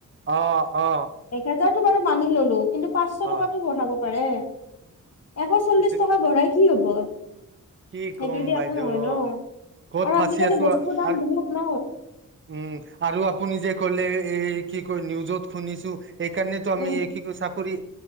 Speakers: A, on the right (about 40°); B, on the left (about 50°).
A: অ অ
B: একহেজাৰ তো বাৰু মানি ললো কিন্তু পাঁচশ
A: অ
B: টকাতো বঢ়াব পাৰে এশ চল্লিশ
A: কিন্তু
B: টকা বঢাৰাই কি হ'ব
A: কি
B: সেইটো
A: কম
B: দি
A: বাইদেউ
B: একো নহয় ন
A: ক'ত
B: আৰু
A: ফাচি
B: আজিকালি
A: আছো
B: বস্তুৰ দাম
A: আৰু
B: বহুত ন
A: উম আৰু আপুনি যে কলে এই কি কয় নিউজত শুনিছোঁ সেইকাৰণেতো আমি
B: উম
A: কি চাকৰি